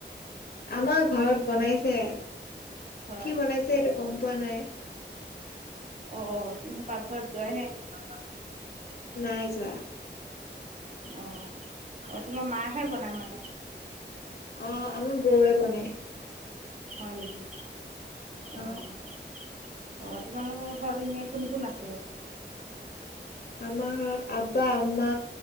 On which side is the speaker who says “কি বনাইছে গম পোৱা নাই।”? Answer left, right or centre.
Left